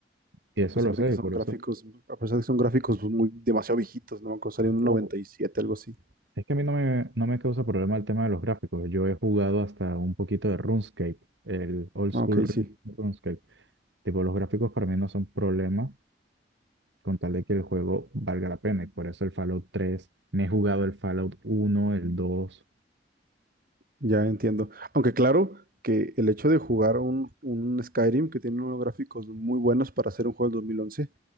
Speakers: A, on the right; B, on the right.
A: Y
B: A
A: eso
B: pesar
A: lo
B: de
A: sé,
B: que son
A: y por eso.
B: gráficos, a pesar de que son gráficos pues, muy demasiado viejitos, ¿no? Cuando salió en el
A: Ojo.
B: noventa y siete algo así.
A: Es que a mí no me, no me causa problema el tema de los gráficos. Yo he jugado hasta un poquito de RuneScape, el old
B: Ah,
A: school
B: Ok,
A: Run-
B: sí,
A: RuneScape. Tipo, los gráficos para mí no son problema con tal de que el juego valga la pena. Y por eso el Fallout 3, me he jugado el Fallout 1, el 2.
B: ya entiendo. Aunque claro que el hecho de jugar un, un Skyrim que tiene unos gráficos muy buenos para hacer un juego del 2011,